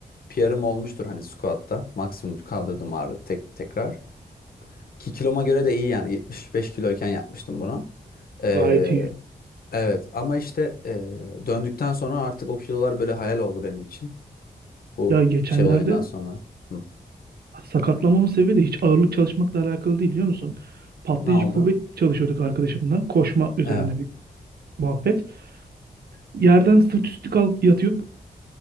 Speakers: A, on the left; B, on the right.
A: PR'ım olmuştur hani squatta. Maksimum kaldırdığım ağırlık tek, tekrar. Ki kiloma göre de iyi yani 75 kiloyken yapmıştım bunu. Ee,
B: Gayet iyi.
A: Evet ama işte e, döndükten sonra artık o kilolar böyle hayal oldu benim için. Bu
B: Ya geçenlerde
A: şey olayından sonra. Hı.
B: sakatlanmamın sebebi de hiç ağırlık çalışmakla alakalı değil biliyor musun? Patlayıcı
A: Ne oldu?
B: kuvvet çalışıyorduk arkadaşımla. Koşma üzerine
A: Evet.
B: bir muhabbet. Yerden sırt üstü kalk yatıp